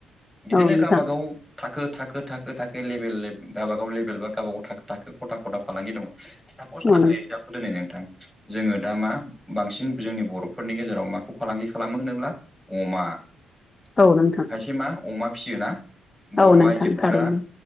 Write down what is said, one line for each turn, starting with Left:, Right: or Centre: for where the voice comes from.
Left: नोंथां
Centre: बिदिनो गाबागाव थाखो थाखो थाखो थाखो लेभेल लेभ गावबागाव लेभेल बा गावबागाव थाखो थाखो खथा खथा फालांगि दङ। सापस
Left: औ नोंथां
Centre: आंङो एगजामपोल होनो नोंथां जोंङो दा मा बांसिन जोंनि बर' फोरनि गेजेराव माखौ फालांगि खालामो होनोब्ला अमा
Left: औ नोंथां औ नोंथां औ नोंथां
Centre: खायसे मा अमा फियो ना बर'
Left: औ नोंथां
Centre: आइजोफोरा
Left: थारैनो